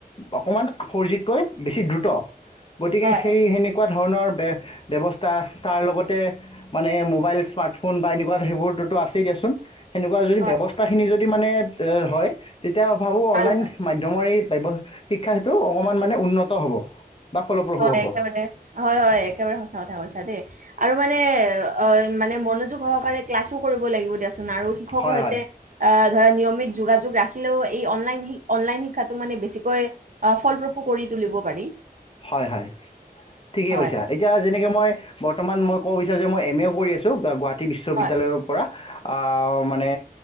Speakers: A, on the left; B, on the right.
A: অকণমান ফ'ৰ জিতকৈ বেছি দ্ৰুত। গতিকে
B: হয়,
A: সেই সেনেকুৱাত ধৰণৰ বে-ব্যৱস্থা তাৰ লগতে মানে মোবাইল, স্মাৰ্টফোন বা এনেকুৱা সেইবোৰতোটো আছেই দিয়াচোন। সেনেকুৱা যদি
B: হয়,
A: ব্যৱচ খিনি যদি মানে ত' হয় তেতিয়া ভাবোঁ
B: ভাল
A: অনলাইন
B: হয়।
A: মাধ্যমৰে ব্য শিক্ষা সেত্ৰ অকমান মানে উন্নত হ'ব। বা ফলপ্ৰসূ
B: হয়,
A: হ'ব
B: একেবাৰে হয় হয় একেবাৰে সঁচা কথা কৈছা দেই। আৰু মানে অ মানে মনোযোগ সহকাৰে ক্লাছো কৰিব লাগিব দিয়া চোন আৰু শিক্ষকৰ
A: হয়
B: সৈতে
A: হয়
B: আ ধ নিয়মিত যোগাযোগ ৰাখিলেও এই অনলাইন শিক্ষাকো মানে বেছিকৈ ফলপ্ৰসূ কৰি তুলিব পাৰি।
A: হয়, হয়। ঠিকে
B: হয়
A: কৈছা এতিয়া যেনেকে মই বৰ্তমান মই ক'ব বিচাৰো যে মই এম এ কৰি আছোঁ গুৱাহাটী বিশ্ববিদ্যালয়ৰ
B: হয়
A: পৰা। মানে